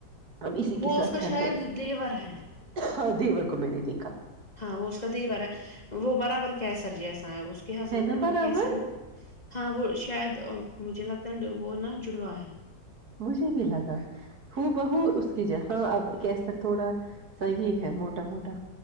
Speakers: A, on the right (about 60°); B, on the left (about 30°).
A: ہم اسی
B: وہ
A: کی ساتھ
B: اس کا
A: کرتے
B: شاید دیور ہے
A: ہاں دیور کو میں نے دیکھا
B: ہاں وہ اس کا دی بار ہے وہ برابر کیا ہے سرجیس اس کے ہسبینڈ
A: ہے نا
B: کا نام
A: برابر
B: کیسا ہے نا ہاں وہ شاید مجھے لگتا ہے ن وہ نا جڑوا ہے
A: مجھے بھی لگا ہو بہو اس کی جاں اب کیسر تھوڑا صحیح ہے موٹا موٹا